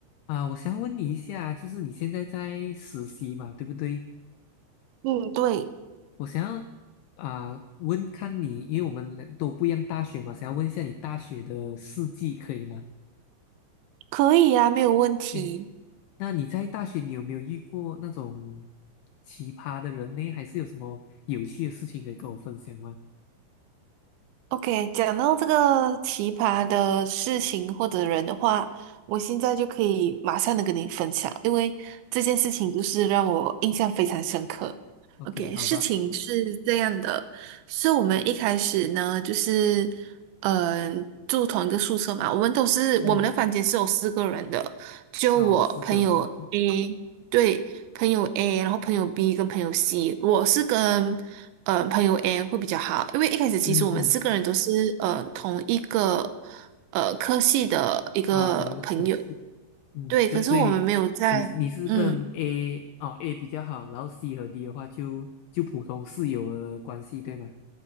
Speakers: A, on the left (about 85°); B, on the right (about 80°).
A: 啊，我想要问你一下，就是你现在在实习嘛，对不对？
B: 嗯，对，
A: 我想要啊问看你，因为我们两都不一样大学嘛，想要问一下你大学的事迹，可以吗
B: 可以呀，没有问题。
A: ？OK，那你在大学你有没有遇过那种奇葩的人呢？还是有什么有趣的事情可以跟我分享吗
B: OK，讲到这个奇葩的事情或者人的话，我现在就可以马上的跟你分享，因为这件事情就是让我印象非常深刻。
A: ？OK，
B: OK，
A: 好吧，
B: 事情是这样的，是我们一开始呢，就是嗯、呃住同一个宿舍嘛，我们都是我们的房间是有四个人的，
A: 嗯，
B: 就我朋友
A: 哦，四个人，OK，
B: A。对，朋友 A，然后朋友 B 跟朋友 C，我是跟呃朋友 A 会比较好，因为一开始其实我们四个人都是呃同一个
A: 嗯嗯，
B: 呃科系的一个朋友，
A: 哦，同一个科室，嗯，
B: 对，
A: 所以所以你你你是跟
B: 可是我们没有在嗯。
A: A 哦 A 比较好，然后 C 和 D 的话就就普通室友的关系，对吧？